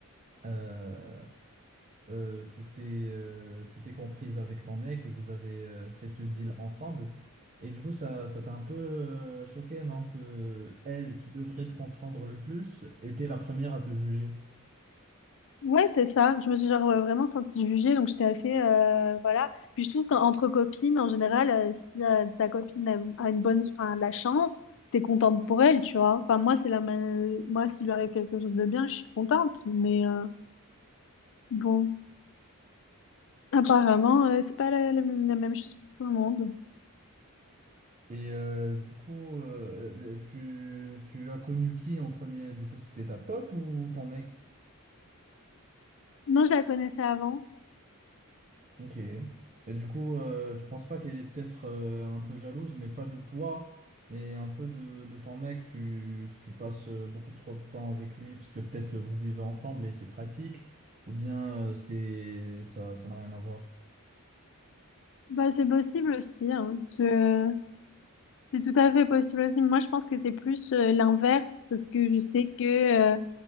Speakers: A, on the right; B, on the left.
A: euh, euh, tu t'es euh, tu t'es comprise avec ton mec et vous avez euh, fait ce deal ensemble. Et du coup, ça, ça t'a un peu euh, choqué, non? Que elle, qui devrait te comprendre le plus, était la première à te juger.
B: Ouais, c'est ça. Je me suis genre euh, vraiment sentie jugée, donc j'étais assez euh, voilà. Puis je trouve qu'entre copines, en général, euh, si euh, ta copine a, a une bonne, enfin, de la chance, t'es contente pour elle, tu vois. Enfin, moi, c'est la ma- moi, s'il lui arrive quelque chose de bien, je suis contente, mais euh, bon. Apparemment, euh, c'est pas la, la même la même chose pour tout le monde.
A: Et euh, du coup, euh, tu, tu as connu qui en premier? Du coup, c'était ta pote ou ton mec?
B: Non, je la connaissais avant.
A: Ok. Et du coup, euh, tu penses pas qu'elle est peut-être euh, un peu jalouse, mais pas de toi, mais un peu de, de ton mec, tu, que tu passes euh, beaucoup trop de temps avec lui, parce que peut-être euh, vous vivez ensemble et c'est pratique, ou bien euh, c'est ça, ça n'a rien à voir.
B: Bah, c'est possible aussi. hein. Je- C'est tout à fait possible aussi. Moi, je pense que c'est plus euh, l'inverse parce que je sais que euh,